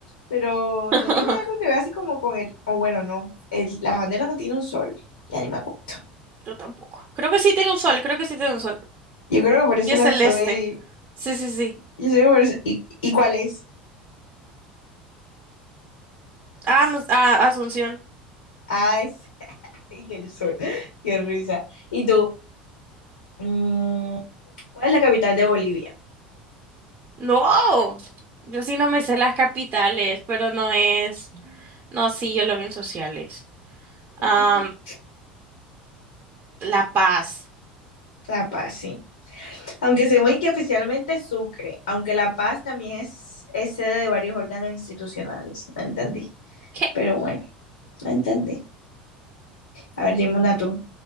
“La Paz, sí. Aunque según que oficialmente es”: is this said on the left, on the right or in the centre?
Left